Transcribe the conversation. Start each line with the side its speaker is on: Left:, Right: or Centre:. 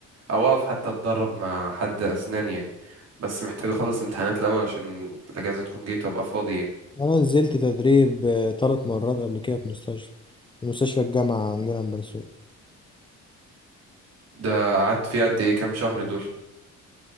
Right: او اقف حتى اتدرب مع حد اسنان يعني بس محتاج اخلص الامتحانات الاول عشان الاجازه تكون جيت وابقى فاضي يعني
Left: انا نزلت تدريب آه، تلات مرات قبل كده في مستشفى في مستشفى الجامعة عندنا في بني سويف
Right: ده قعدت فيه قد ايه كام شهر دول